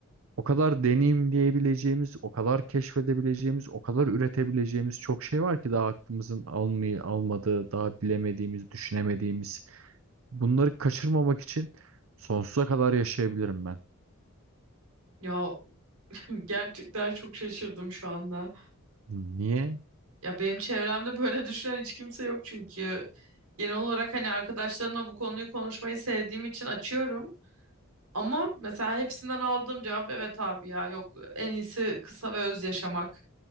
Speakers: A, on the right; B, on the right.
A: O kadar deneyimleyebileceğimiz, o kadar keşfedebileceğimiz, o kadar üretebileceğimiz çok şey var ki daha aklımızın almayı almadığı, daha bilemediğimiz, düşünemediğimiz. Bunları kaçırmamak için sonsuza kadar yaşayabilirim ben.
B: Ya <laughs> Gerçekten çok şaşırdım şu anda.
A: Niye?
B: Ya benim çevremde böyle düşünen hiç kimse yok çünkü genel olarak hani arkadaşlarımla bu konuyu konuşmayı sevdiğim için açıyorum. Ama mesela hepsinden aldığım cevap evet abi ya yok en iyisi kısa ve öz yaşamak.